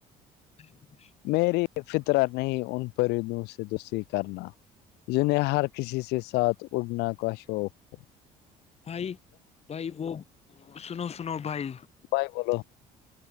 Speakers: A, on the left; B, on the left.
A: ہی
B: میری فطران نہیں ان پرندوں سے تو صی کرنا جنہیں ہر کسی کے ساتھ اڑنا کا شوق ہو
A: بھائی بھائی وہ سنو سنو بھائی
B: بھائی بولو